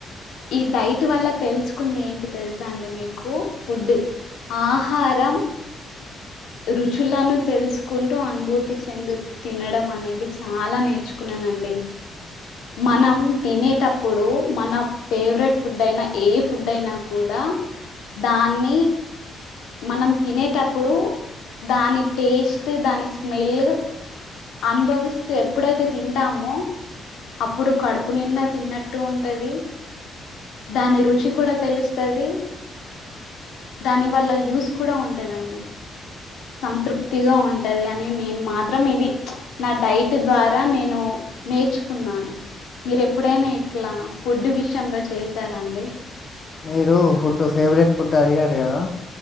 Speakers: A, on the left (about 80°); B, on the left (about 40°).
A: ఈ డైట్ వల్ల తెలుసుకుంది ఏంటి తెలుసా అంటే మీకు ఫుడ్ ఆహారం రుచులను తెలుసుకుంటూ అనుభూతి చెందుతూ తినడం అనేది చాలా నేర్చు న్నానండి మనం తినేటప్పు అప్పుడు మన ఫేవరెట్ ఫుడ్ అయినా ఏ ఫుడ్ అయినా కూడా దాన్ని మనం తినేటప్పుడు దాని టేస్ట్ దాని స్మెల్ అనుభవిస్తూ ఎప్పుడైతే తింటామో అప్పుడు కడుపు తప్పు నిండా తిన్నట్టు ఉంటది దాని రుచి కూడా తెలుస్తు దాని వల్ల యూస్ కూడా ఉంటదండి సంతృప్తిగా ఉంటు ఉంటది అని నేను మాత్రం ఇది నా డైట్ ద్వారా నేను నేర్చుకున్నాను మీరు ఎప్పుడైనా ఇట్లా ఫుడ్ విషయంలో చేసారాండి
B: మీరు ఫుడ్ ఫేవరెట్ ఫుడ్ అడిగారు కదా